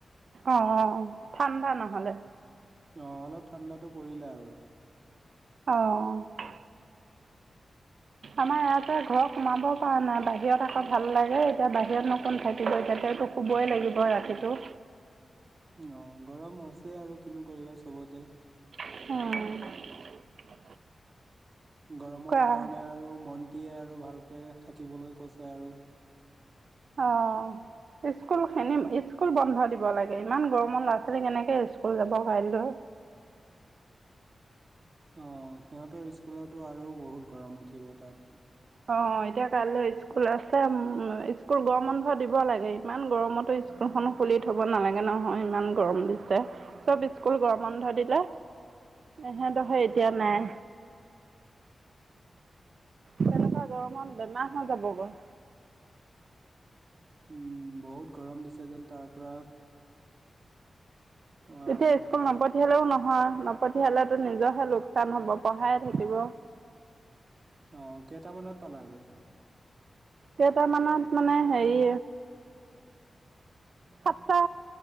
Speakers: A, on the right; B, on the right.
A: অ অ ঠাণ্ডা নহ'লে
B: অঁ অলপ ঠাণ্ডাটো পৰিলে আৰু
A: আহ। আমাৰ ইয়াতে ঘৰ সোমাব পৰা নাই বাহিৰত আকৌ ভাল লাগে এতিয়া বাহিৰত নো কোন থাকিব এতিয়া। এতিয়াটো শুবই লাগিব ৰাতিটো।
B: অ গৰম হৈছে আৰু কিনো কৰিবা চবতে।
A: উম
B: গৰমৰ
A: কোৱা
B: কাৰণে আৰু মনটিয়ে আৰু ভালকে থাকিবলৈ কৈছে আৰু।
A: অ স্কুল খিনিম ইচ। স্কুল বন্ধ দিব লাগে ইমান গৰমত ল'ৰা ছোৱালী কেনেকে স্কুল যাব কাইলৈ।
B: অ সিহঁতৰ স্কুলৰতো আৰু বহুত গৰম উঠিব তাত।
A: অ এতিয়া কাইলৈ স্কুল আছে উ স্কুল গৰম বন্ধ দিব লাগে ইমান গৰমতো। স্কুলখনো খুলি থব নালাগে নহয় ইমান গৰম দিছে চব স্কুল গৰম বন্ধ দিলে। এহেতহে এতিয়া নাই। তেনেকুৱা গৰমত বেমাৰ হৈ যাব গৈ।
B: উম বহুত গৰম দিছে যেন তাৰ পৰা। অ',
A: তেতিয়া স্কুল নপ পঠিয়ালেও নহয় নপঠিয়ালতো নিজৰহে লোকচান হ'ব পঢ়াইে থাকিব।
B: আহ কেইটামানত পালা আকৌ।
A: কেইটামানত মানে হেৰি সাতটা